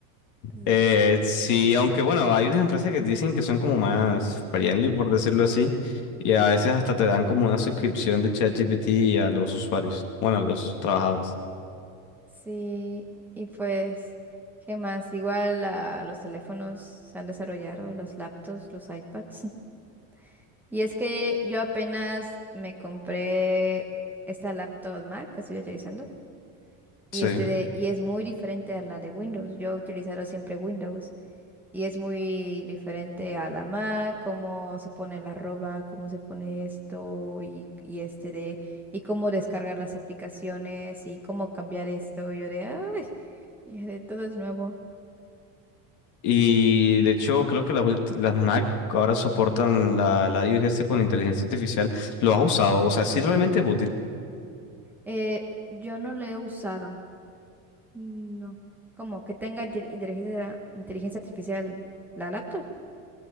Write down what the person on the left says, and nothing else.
Eh, sí, aunque bueno, hay unas empresas que dicen que son como más friendly, por decirlo así, y a veces hasta te dan como una suscripción de ChatGPT a los usuarios, bueno, a los trabajadores.
Sí.
Y de hecho, creo que las, ulti- las Mac ahora soportan la, la iOS con inteligencia artificial. ¿Lo has usado? O sea, sí realmente es útil.